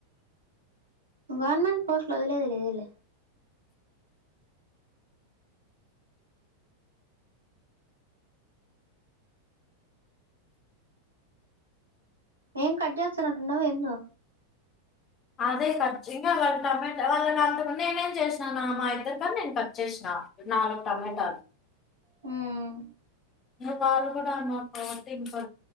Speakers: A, on the right; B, on the left.
A: గవర్నమెంట్ పోస్ట్ లు వదిలేదిలేదులే ఏం కట్చేస్తున్నట్టుఉండ వేందో
B: అదే కట్చే వాళ్ళ టమాటా వాళ్ళ అంత నేనేం చేసినానా మా ఇద్దరు కానీ నేను కట్ చేసినా ఆ నాలుగు టమోటాలు
A: హ్మ్
B: ఇందు వాళ్ళు కూడా ఉన్నారు కాబట్టి ఇంకా